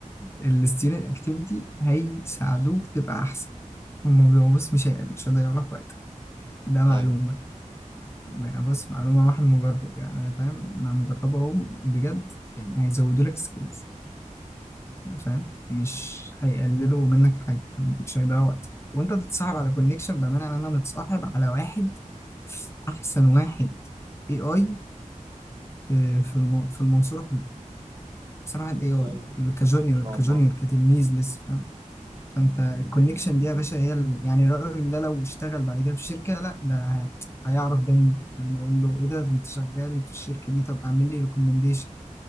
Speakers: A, on the left; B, on the right.
A: الستودنت اكتيفيتي هيساعدوك تبقى احسن هما بيبقوا بص مش هي- مش هيضيعوا لك وقت ده معلومه
B: ايوه
A: يعني بص معلومه راح مجرب يعني انا فاهم انا مجربه اهو بجد يعني هيزودوا لك سكيلز فاهم مش هيقللوا منك حاجه فاهم؟ مش هيضيعوا وقت وانت تتصاحب على كونكشن بامانه انا متصاحب على واحد احسن واحد اي اي في في الم- في المنصورة كلها أحسن واحد إيه هو
B: ايوه
A: كجونيور
B: ما شاء
A: كجونيور
B: الله
A: كتلميذ لسه فاهم فأنت الكونكشن دي يا باشا هي ال- يعني الراجل ده لو اشتغل بعد كده في شركة لا ده هيعرف ده مين لما أقول له إيه ده ده أنت شغال في الشركة دي طب أعمل لي ريكومنديشن